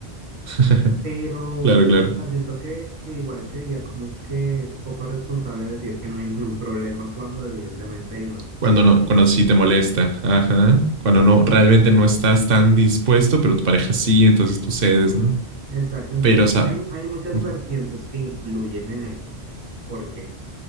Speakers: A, on the right; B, on the right.
A: <laughs>
B: Pero,
A: Claro, claro.
B: o sea, siento que, que igual sería como que poco responsable decir que no hay ningún problema cuando evidentemente hay una sociedad.
A: Cuando no, cuando sí te molesta, ajá. Cuando no, realmente no estás tan dispuesto, pero tu pareja sí, entonces tú cedes, ¿no?
B: Exacto, entonces
A: Pero, o sea,
B: hay, hay muchas
A: ujú.
B: vertientes que influyen en eso. ¿Por qué?